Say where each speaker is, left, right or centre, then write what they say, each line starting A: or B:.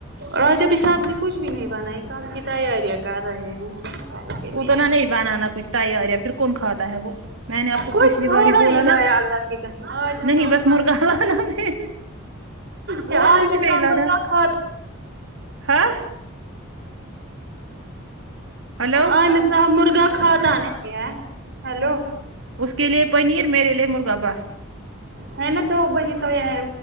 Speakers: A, on the right; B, on the right.
A: اورجب حساب بھی کچھ بھی نہیں بنا ہے کل کی تیاریاں کر رہے ہیں کل کے
B: اتنا
A: لیے
B: نہیں بنانا کچھ تیاریاں پھر کون کھاتا ہے وہ میں نے آپ کو
A: کچھ
B: پچھلی بار
A: تھوڑا
B: ہی بولا
A: لایا
B: نا
A: اللہ کی قسم آج ہم
B: نہیں
A: نے اتنا
B: بس مرغا
A: نہیں لایا
B: بنا دے
A: کہ
B: اور
A: عامر
B: کچھ نہیں
A: صاحب
B: لارا
A: مرغا کھاتا
B: ہاں ہلو
A: عامر صاحب مرغا کھاتا نہیں ہے ہلو
B: اس کے لیئے پنیر میرے لیے مرغہ بس
A: ہے نا تو وہی تو ہے